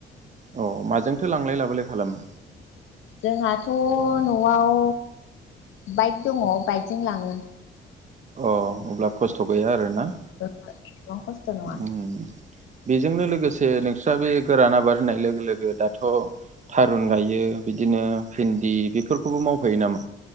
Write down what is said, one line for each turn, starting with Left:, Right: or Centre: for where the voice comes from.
Right: अ माजोंथो लांलाय लाबोलाय खालामो?
Left: जोंहाथ नआव बाइक दङ बाइकजों लाङो।
Right: अ अब्ला खस्थ गैया आरोना।
Left: औ गोबां खस्थ नङा।
Right: उम बेजोंनो लोगोसे नोंस्रा बे गोरान आबाद होननाय लोगो लोगो दाथ थारुन गायो बिदिनो भिन्दि बेफोरखौबो मावफायो नामा